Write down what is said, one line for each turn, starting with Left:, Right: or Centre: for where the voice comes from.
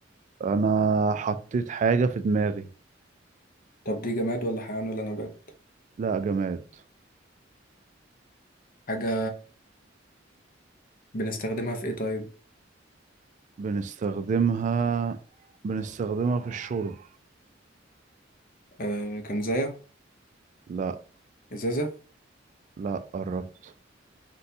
Right: انا حطيت حاجة في دماغي
Left: طب دي جماد ولا حيوان ولا نبات
Right: لا جماد
Left: حاجه بنستخدمها في ايه طيب
Right: بنستخدمها بنستخدمها في الشرب
Left: آه كنزايه
Right: لا
Left: ازازه
Right: لا قربت